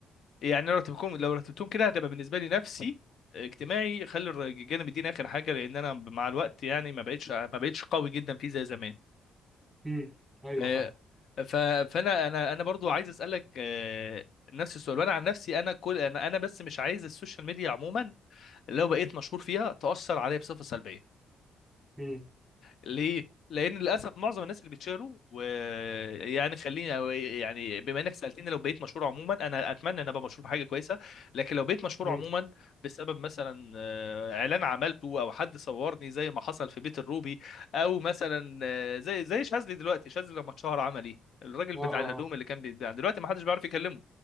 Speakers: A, on the left; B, in the centre.
A: يعني لو رتبتهم لو رتبتهم كده هتبقى بالنسبه لي نفسي آه، اجتماعي خلي الر- الجانب الديني اخر حاجه لان انا مع الوقت يعني ما بقتش ما بقتش قوي جدا فيه زي زمان
B: امم ايوه
A: آه،
B: فاهم
A: ف فانا انا انا برضو عايز اسالك آه، نفس السؤال وانا عن نفسي انا كل انا انا بس مش عايز السوشيال ميديا عموما لو بقيت مشهور فيها تاثر عليا بصفه سلبيه
B: امم
A: ليه؟ لان للاسف معظم الناس اللي بتشهروا ويعني خليني أو يعني بما انك سالتني لو بقيت مشهور عموما انا اتمنى ان ابقى مشهور بحاجه كويسه لكن لو بقيت مشهور
B: امم
A: عموما بسبب مثلا آه، اعلان عملته او حد صورني زي ما حصل في بيت الروبي او مثلا آه، زي زي شاذلي دلوقتي شاذلي لما اتشهر عمل ايه؟ الراجل
B: اه
A: بتاع
B: اه
A: الهدوم
B: آه.
A: اللي كان بيتباع دلوقتي ما حدش بيعرف يكلمه